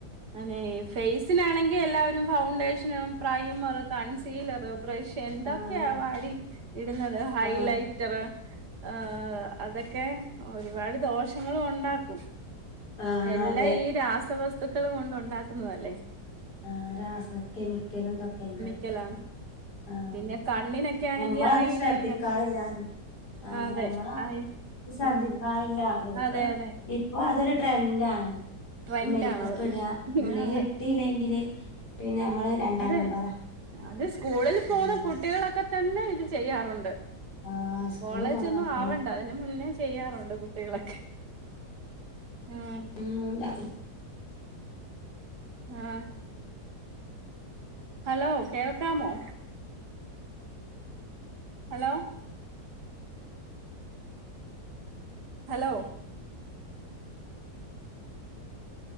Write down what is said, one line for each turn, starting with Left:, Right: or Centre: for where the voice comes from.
Right: അനെ, ഫേയ്സിനാണെങ്കി എല്ലാവരും ഫൗണ്ടേഷനും പ്രയ്മർ, കൺസീലർ, ബ്രഷ്. എന്തൊക്കെയാ
Left: ആഹ്
Right: വാരി ഇടുന്നത്, ഹൈലൈറ്റർ.
Left: ആഹ്
Right: ആഹ്, അതൊക്കെ ഒരുപാട് ദോഷങ്ങളും ഒണ്ടാക്കും.
Left: ആഹ്
Right: എല്ലാം,
Left: അതെ
Right: ഈ രാസവസ്തുക്കള് കൊണ്ട് ഉണ്ടാക്കുന്നതല്ലേ?
Left: ആഹ്, രാസ കെമിക്കലും, ഇതൊക്കെല്ലേ?
Right: ക്കലാണ്.
Left: ആഹ്
Right: പിന്നെ, കണ്ണിനൊക്കെ.
Left: നമ്മളത്
Right: ഐ
Left: ശ്രദ്ധിക്കാറില്ലാരും.
Right: ലൈനർ
Left: ആഹ്,
Right: അതെ
Left: നമ്മൾ ആരും
Right: ഐ
Left: ശ്രദ്ധിക്കാറില്ല.
Right: ഉം
Left: ഇ വർക്ക്
Right: അതെ അതെ
Left: ഇ ഇപ്പോ, അതൊരു ട്രെൻഡാണ്,
Right: ട്രെൻഡാണത്
Left: മേയ് ക്കപ്പ് ഇട, ല്ലെങ്കിൽ.
Right: അതെ
Left: ട്ടില്ലെങ്കില് പിന്നെ നമ്മള്. രണ്ടാം
Right: അതെ,
Left: നമ്പറാ
Right: അത്, സ്കൂളിൽ പോവുന്ന
Left: ഉം
Right: കുട്ടികളൊക്കെ തന്നെ ഇത് ചെയ്യാറുണ്ട്.
Left: ആഹ് സ്കൂള്
Right: കോളേജൊന്നും
Left: പോണ മക്കള്
Right: ആവണ്ട അതിന് മുന്നേ..... ചെയ്യാറുണ്ട് കുട്ടികളൊക്കെ? ഉം.
Left: ' <inaudible>
Right: ആഹ്. ഹലോ, കേൾക്കാമോ? ഹലോ. ഹലോ.